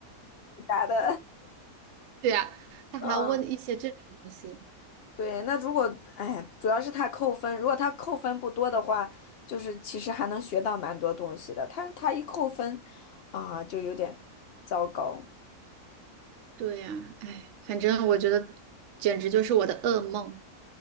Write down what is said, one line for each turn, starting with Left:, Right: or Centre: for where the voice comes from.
Left: 答的，
Right: 对呀，他还要问一些这种东西，
Left: <laughs> 嗯。对，那如果，哎，主要是他扣分，如果他扣分不多的话，就是其实还能学到蛮多东西的。他他一扣分，啊，就有点糟糕。
Right: 对呀，哎，反正我觉得简直就是我的噩梦。